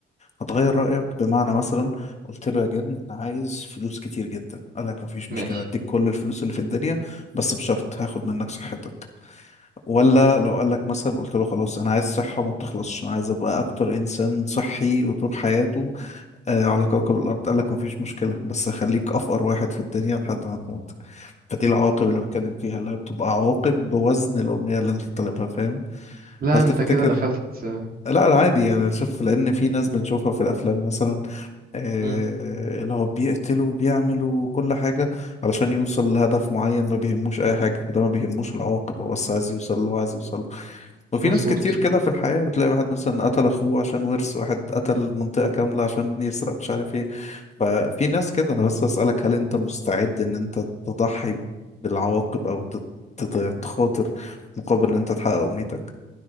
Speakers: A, on the left; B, on the right.
A: هتغير رايك بمعنى مثلا قلت له يا جن انا عايز فلوس كتير جدا قال لك مفيش
B: ماشي
A: مشكله اديك كل الفلوس اللي في الدنيا بس بشرط هاخد منك صحتك ولا لو قال لك مثلا قلت له خلاص انا عايز صحه ما تخلصش انا عايز ابقى اكتر انسان صحي وطول حياته آه على كوكب الأرض قال لك مفيش مشكلة بس خليك أفقر واحد في الدنيا لحد ما تموت فدي العواقب اللي بتكلم فيها اللي هي بتبقى عواقب بوزن الأمنية اللي أنت طالبها فاهم
B: لا
A: هل تفتكر
B: انت كده دخلت
A: لا لا عادي يعني شوف لأن في ناس بنشوفها في الأفلام مثلا آه
B: مم.
A: اللي هو بيقتلوا وبيعملوا كل حاجة علشان يوصل لهدف معين ما بيهموش أي حاجة فده ما بيهموش العواقب هو بس عايز يوصل اللي هو عايز يوصل وفي
B: مظبوط
A: ناس كتير كده في الحياة بتلاقي واحد مثلا قتل أخوه عشان ورث واحد قتل منطقة كاملة عشان يسرق مش عارف ايه ففي ناس كده أنا بس أسألك هل أنت مستعد إن أنت تضحي بالعواقب أو تت- تت- تخاطر مقابل إن أنت تحقق أمنيتك؟